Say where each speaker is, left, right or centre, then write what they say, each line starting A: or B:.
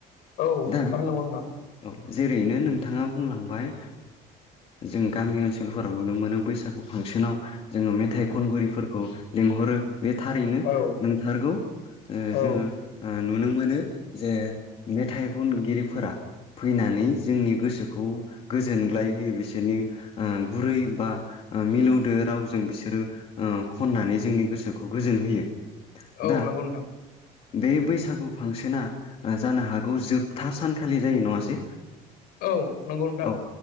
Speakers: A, on the left; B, on the left.
A: औ
B: दा
A: थार नंगौ नोंथां।
B: औ जेरैनो नोंथाङा बुंलांबाय जों गामि ओनसोलफोराव नुनो मोनो बैसागु फांसनाव जोङो मेथाइ खनगिरिफोरखौ लिंहरो। बे थारैनो
A: औ
B: नंथारगौ।
A: औ।
B: जोङो नुनो मोनो जे मेथाइ खनगिरिफोरा फैनानै जोंनि गोसोखौ गोजोनग्लाय होयो। बिसोरनि गुरै बा मिलौदो रावजों बिसोरो खननानै जोंनि गोसोखौ गोजोन होयो।
A: औ
B: दा
A: नंगौ नोंथां
B: बे बैसागु फांसना जानो हागौ जोबथा सान खालि जायो नङासै।
A: औ नंगौ नोंथां।
B: औ